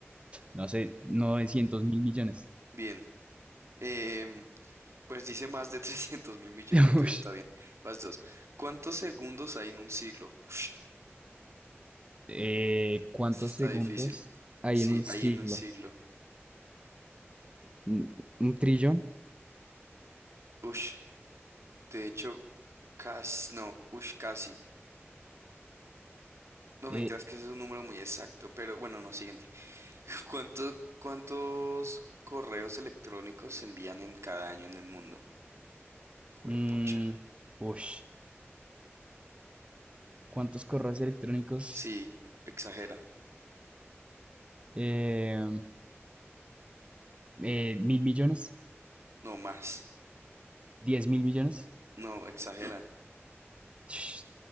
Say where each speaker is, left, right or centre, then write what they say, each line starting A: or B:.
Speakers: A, on the right; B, on the right.
A: no sé, 900 mil millones.
B: Bien. Em, pues dice más de <laughs> trescientos mil millones,
A: <laughs>
B: entonces está bien. Vas dos. ¿Cuántos segundos hay en un siglo? Ush,
A: Eh, ¿cuántos
B: está
A: segundos
B: difícil.
A: hay
B: Sí,
A: en un siglo?
B: hay en un siglo.
A: ¿Un, un trillón?
B: Ush, de hecho, casi, no, ush, casi. No
A: Eh,
B: mentiras que ese es un número muy exacto, pero bueno, no, siguiente. ¿Cuánto- cuántos correos electrónicos se envían en cada año en el mundo? Juepucha.
A: mm, ush. ¿Cuántos correos electrónicos?
B: Sí, exagera.
A: Eh, eh, ¿mil millones?
B: No más.
A: ¿Diez mil millones?
B: No, exagera.
A: Sh.